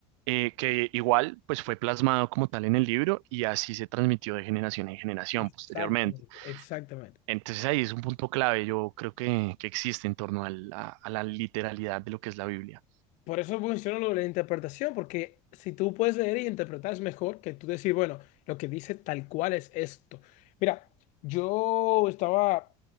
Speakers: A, on the right; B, on the left.
A: eh, que igual pues fue plasmado como tal en el libro y así se transmitió de generación en generación
B: Exactamente,
A: posteriormente.
B: exactamente.
A: Entonces ahí es un punto clave, yo creo que, que existe en torno al- a a la literalidad de lo que es la Biblia.
B: Por eso menciono lo de la interpretación, porque si tú puedes leer y interpretar es mejor que tú decir, bueno, lo que dice tal cual es esto. Mira, yo estaba